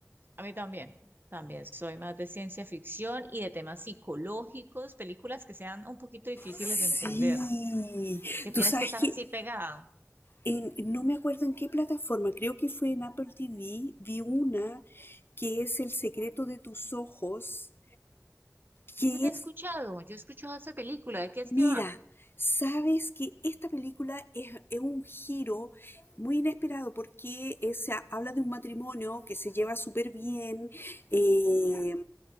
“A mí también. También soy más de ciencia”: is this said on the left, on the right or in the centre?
Right